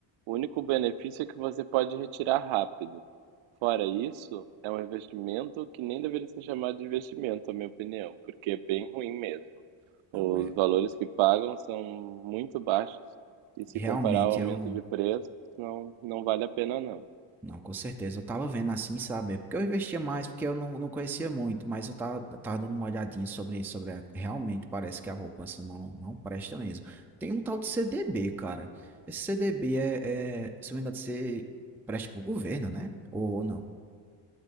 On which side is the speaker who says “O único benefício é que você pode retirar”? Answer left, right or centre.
Right